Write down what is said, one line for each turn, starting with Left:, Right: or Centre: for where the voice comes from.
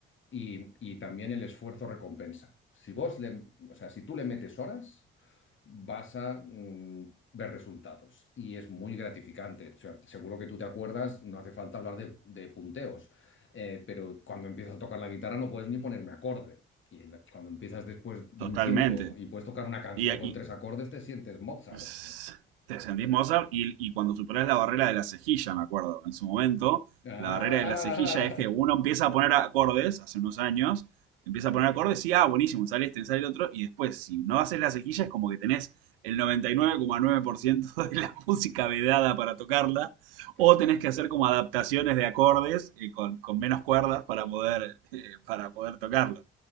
Left: y, y también el esfuerzo recompensa. Si vos le, o sea, si tú le metes horas, vas a mm, ver resultados y es muy gratificante. O sea, seguro que tú te acuerdas, no hace falta hablar de, de punteos, eh, pero cuando empiezas a tocar la guitarra no puedes ni poner un acorde. Y la- cuando empiezas después de
Right: Totalmente.
Left: un tiempo y puedes tocar una canción
Right: Y, y-
Left: con tres acordes, te sientes Mozart.
Right: pues, te sentís Mozart y, y cuando superás la barrera de la cejilla, me acuerdo, en su momento,
Left: Ah,
Right: la barrera de la cejilla es que uno empieza a poner acordes, hace unos años, empieza a poner acordes y, ah, buenísimo, sale este, sale el otro, y después, si no haces la cejilla, es como que tenés el noventa y nueve nueve coma nueve por ciento <laughs> de la música vedada para tocarla,
Left: tal
Right: o
Left: cual,
Right: tenés que hacer como adaptaciones de acordes eh, con, con menos cuerdas para poder, eh, para poder tocarla.